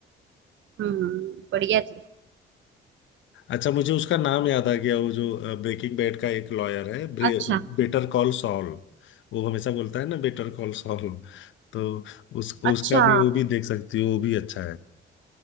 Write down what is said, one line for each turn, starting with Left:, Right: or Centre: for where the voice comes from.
Right: हम्म बढ़िया थी
Left: अच्छा मुझे उसका नाम याद आ गया वो जो ब्रेकिंग बैड का एक लॉयर है
Right: अच्छा
Left: बेटर कॉल सॉल वो हमेशा बोलता है ना बेटर कॉल सॉल तो उस
Right: अच्छा
Left: उसका भी वो भी देख सकती हो वो भी अच्छा